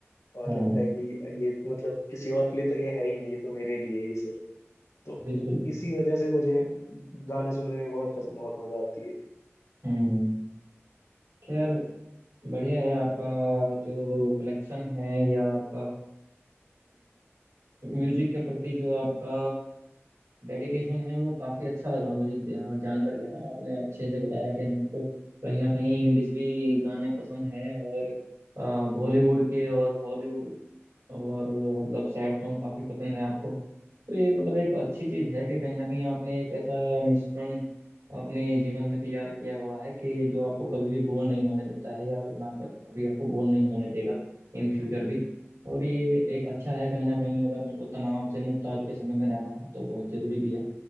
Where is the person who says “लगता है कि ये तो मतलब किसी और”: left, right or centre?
Left